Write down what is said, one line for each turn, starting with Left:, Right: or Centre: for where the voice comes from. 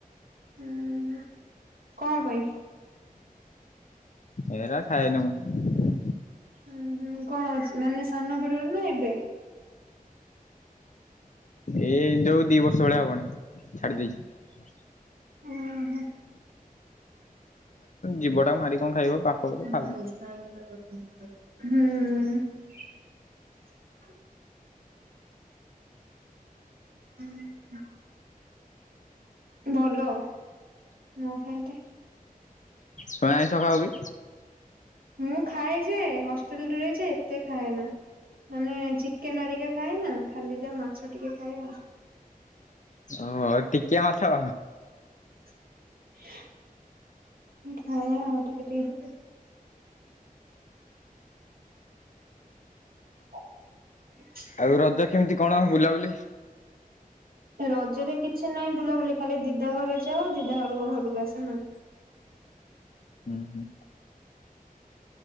Right: ହୁଁ ହୁଁ କଣ ପାଇଁ?
Left: ଏରା ଖାଏନି ମୁଁ।
Right: ହୁଁ ହୁଁ କଣ ଅଛି ମାନେ ସାନ ବେଳରୁ ନା ଏବେ?
Left: ଏଇ ଯୋଉ ଦି ବର୍ଷ ଭଳିଆ ହବଣି। ଛାଡ଼ି ଦେଇଛି।
Right: ଉଁ ହୁଁ।
Left: ଜୀବ ଟାକୁ ମାରିକି କଣ ଖାଇବ?
Right: ହୁଁ।
Left: ପାପ ବୋଲି ଖାଉନି।
Right: ହୁଁ ଉଁ। ଭଲ। ନଖାଇଲେ।
Left: ତମେ ଆଇଁଷ ଖାଅ କି?
Right: ମୁଁ ଖାଏ। ଯେ ହଷ୍ଟେଲରେ ଯେ ଏତେ ଖାଏ ନା ମାନେ ଚିକେନ ହେରିକା ଖାଏ ନା ଖାଲି ଯା ମାଛ ଟିକେ ଖାଏ ଆଉ।
Left: ଓ ଟିକେ ମାଛ।
Right: <unintelligible> ଖାଏ ଆଉ ଟିକେ ଟିକେ। ହଁ।
Left: ଆଉ ରଜ କେମିତି କଣ ବୁଲାବୁଲି
Right: ରଜରେ କିଛି ନାହିଁ ବୁଲାବୁଲି ଖାଲି ଦିଦାଘର ଯାଅ ଦିଦା ଘରକୁ ଆସ ନା।
Left: ହୁଁ ହୁଁ।